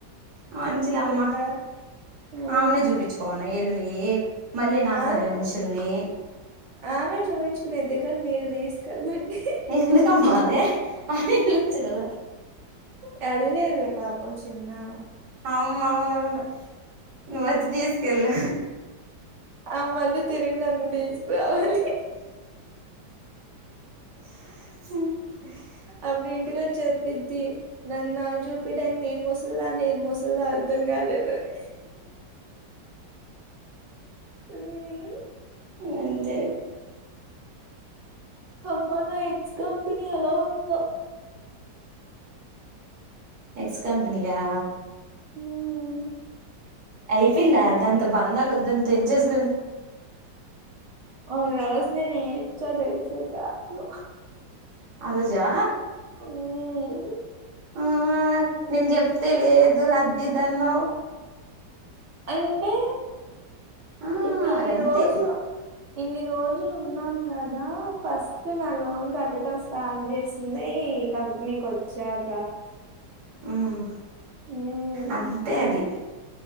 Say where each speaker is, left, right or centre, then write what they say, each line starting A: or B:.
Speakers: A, on the right; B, on the right.
A: మంచిదమ్మా
B: చూపికుండా ఆ
A: ఆమెని చూపించుకోను ఎళ్ళ మళ్ళీ నమ్మదు
B: ఆమె
A: మనుషుల్ని
B: ఆమె చూయించుకునేది మీరు తీసుకెళ్లండి
A: ఎందుకమ్మా అదే ఆ ఇలు వచ్చ కదా
B: వెళ్ళలేదులే పాపం చిన్నామ
A: అవుమ్ అవున అవును నువ్వు వచ్చ తీసుకెళ్ళు
B: ఆ మళ్ళీ తిరిగి నన్ను తీసుకురావాలి
A: <unintelligible>
B: అప్పుడి ఇంటికి చెప్పిద్ది నన్ను చూపిడానికి నేను ముసలిదా నేను ముసలి అధంగాలదనే మ్మ్
A: అంతే
B: అబ్బానా ఇట్ కంపెనీ ఎలా ఉందో
A: ఎక్స్ కంపెనీయా
B: మ్మ్
A: అయిపొయిందా దాంతో బంధాలు వొద్దని తెంచేస్
B: అవరవర్స్ నేనేచ్చ దెల్సా క్లాస్లో
A: ఆరోజా
B: మ్మ్
A: ఆ నేను చెప్తే లేదు అద్దిదన్నవు
B: అండే
A: ఆ
B: ఇన్ని
A: అదంతే
B: రోజులు ఇన్ని రోజులు ఉన్నాం గదా ఫస్ట్ నా లోన్ కట్టడం స్టార్ట్ చేసింది ఈ కంపెనీ కొచ్చాకా
A: ఉమ్
B: మ్మ్.
A: అంతే అది